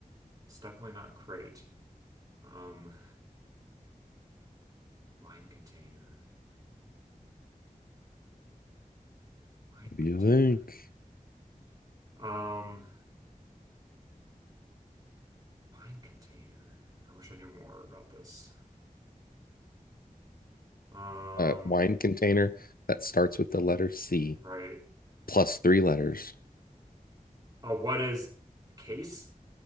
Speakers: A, on the right; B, on the left.
A: It's definitely not crate. Um, wine container, wine
B: What do
A: container,
B: you think?
A: um, wine container. I wish I knew more about this. Um,
B: A wine container that starts with the letter C
A: right.
B: plus three letters.
A: Uh, what is case?